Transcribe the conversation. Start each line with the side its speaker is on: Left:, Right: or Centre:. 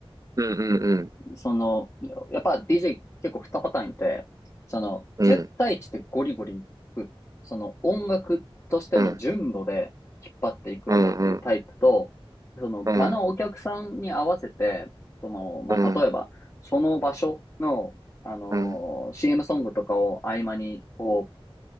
Right: うんうんうん。
Left: その、やっぱ DJ 結構二パターンいて、その、
Right: うん。
Left: 絶対値でゴリゴリいく、その音楽としての純度で引っ張っていくんだっていうタイプと、
Right: うん。うんうん。
Left: その場のお客さんに合わせて、
Right: うん。
Left: その、まあ、
Right: うん、
Left: 例えば、その場所の、あのー
Right: うん、
Left: CM ソングとかを合間に、こう、